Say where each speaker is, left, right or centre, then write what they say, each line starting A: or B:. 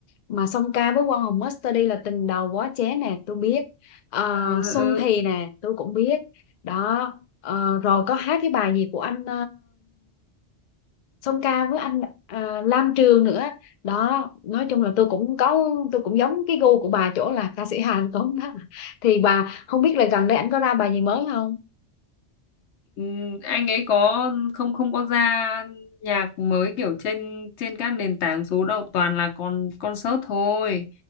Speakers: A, on the left; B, on the left.
A: mà song ca với Quang Hùng Masterdy là tình đầu quá chén nè tôi biết Ờ,
B: Ờ,
A: Xuân
B: ừ.
A: thì nè tôi cũng biết đó Ờ, rồi có hát cái bài gì của anh Song Ca với anh à, Lam Trường nữa đó nói chung là tôi cũng có tôi cũng giống cái gu của bà chỗ là ca sĩ Hàn Tuấn đó thì bà không biết là gần đây anh có ra bài gì mới không
B: Ừ, anh ấy có không không có ra nhạc mới kiểu trên trên các nền tảng số đâu toàn là con concert thôi